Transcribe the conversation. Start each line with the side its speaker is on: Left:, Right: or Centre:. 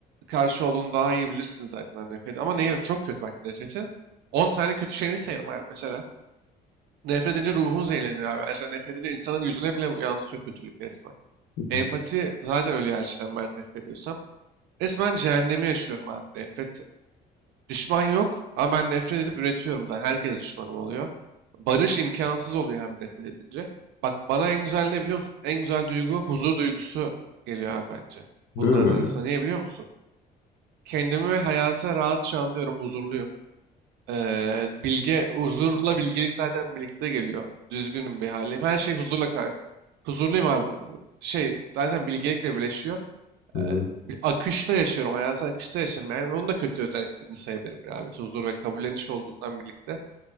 Right: karşı olduğunu daha iyi bilirsin zaten abi nefret. Ama neye çok kötü bak nefreti. on tane kötü şeyini sayarım abi mesela. Nefret edince ruhun zehirleniyor abi. Her şeyden nefret edince insanın yüzüne bile yansıyor kötülük resmen.
Left: hı.
Right: Empati zaten ölüyor her şeyden ben nefret ediyorsam. Resmen cehennemi yaşıyorum abi. Nefret. Düşman yok ama ben nefret edip üretiyorum zaten. Herkes düşmanım oluyor. Barış imkansız oluyor abi nefret edince. Bak bana en güzel ne biliyor musun? En güzel duygu huzur duygusu geliyor abi bence.
Left: Hı
Right: Bunların arasında. Niye biliyor musun? Kendimi ve hayata rahatça anlıyorum. Huzurluyum. Ee, bilge, huzurla bilgelik zaten birlikte geliyor. Düzgünüm bir halim. Her şey huzurla karşı. Huzurluyum abi. Şey zaten bilgelikle birleşiyor
Left: hı.
Right: e, bir akışta yaşıyorum. Hayatı akışta yaşarım. Yani onun da kötü özelliklerini sayabilirim ya abi. Huzur ve kabulleniş olduğundan birlikte.